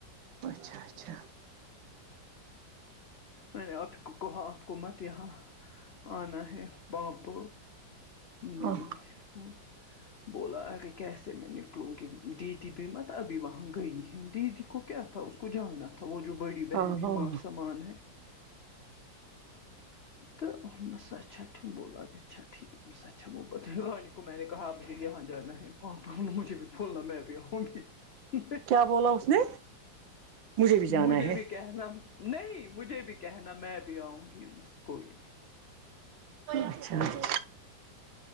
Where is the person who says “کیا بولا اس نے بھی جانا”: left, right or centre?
Right